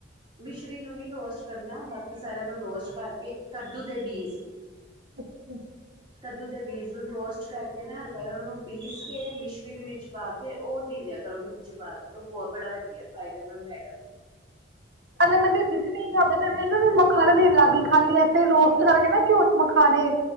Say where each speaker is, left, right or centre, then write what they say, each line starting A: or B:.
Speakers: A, on the right; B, on the right.
A: ਮਿਸ਼ਰੀ ਨੂੰ ਨਹੀਂ ਰੋਸਟ ਕਰਨਾ, ਬਾਕੀ ਸਾਰਿਆਂ ਨੂੰ ਰੋਸਟ ਕਰਕੇ, ਕੱਦੂ ਦੇ ਬੀਜ
B: ਅੱਛਾ ਅੱਛਾ <inaudible>
A: ਕੱਦੂ ਦੇ ਬੀਜ ਨੂੰ ਰੋਸਟ ਕਰਕੇ ਨਾ, ਹਲਕਾ ਉਹਨਾ ਨੂੰ ਪੀਸ ਕੇ ਮਛਰੀ ਵੀ ਵਿੱਚ ਪਾ ਕੇ ਉਹ <inaudible> ਦੇਿਆ ਕਰੋ ਦੁੱਧ ਚ ਪਾ ਕੇ, ਉਹ ਬਹੁਤ ਬੜਾ ਵਧੀਆ ਫਾਇਦੇਮੰਦ ਹੈ।
B: ਕੱਲੇ ਮਦੇੇਸੀ ਨਹੀਂ ਖਾਦਾ <inaudible> ਫਿਰ ਮੈਨਾਂ ਮਖਾਣਾ ਦੇਣ ਲੱਗੀ, ਖਾਲੀ ਅੇ ਰੋਸਟ ਕਰਕੇ ਨਾ ਘਿਓ ਚ ਮਖਾਣੇ